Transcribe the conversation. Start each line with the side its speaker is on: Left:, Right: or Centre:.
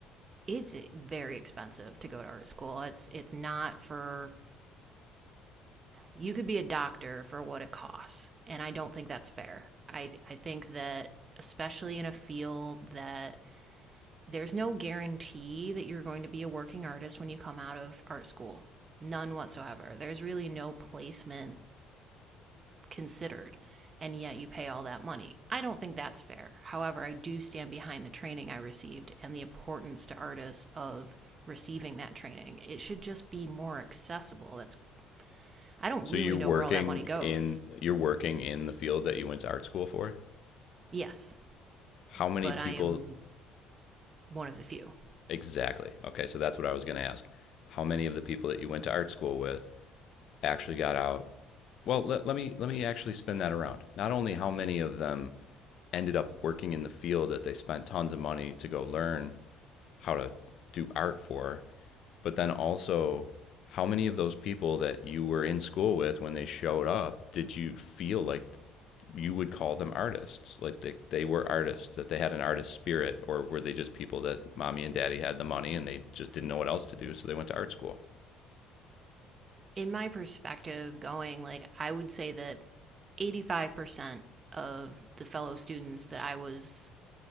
Right: it's very expensive to go to art school. It's it's not for you could be a doctor for what it costs, and I don't think that's fair. I I think that especially in a field that there's no guarantee that you're going to be a working artist when you come out of art school. None whatsoever. There's really no placement considered and yet you pay all that money. I don't think that's fair. However, I do stand behind the training I received and the importance to artists of receiving that training. It should just be more accessible. That's I don't
Left: So
Right: really
Left: you're
Right: know
Left: working
Right: where all that money goes.
Left: in you're working in the field that you went to art school for.
Right: Yes,
Left: How many
Right: but
Left: people
Right: I am one of the few.
Left: exactly? Okay, so that's what I was going to ask. How many of the people that you went to art school with actually got out? Well, let, let me let me actually spin that around. Not only how many of them ended up working in the field that they spent tons of money to go learn how to do art for But then also, how many of those people that you were in school with when they showed up did you feel like you would call them artists? Like they, they were artists, that they had an artist spirit, or were they just people that mommy and daddy had the money and they just didn't know what else to do, so they went to art school?
Right: In my perspective going like I would say that 85% of the fellow students that I was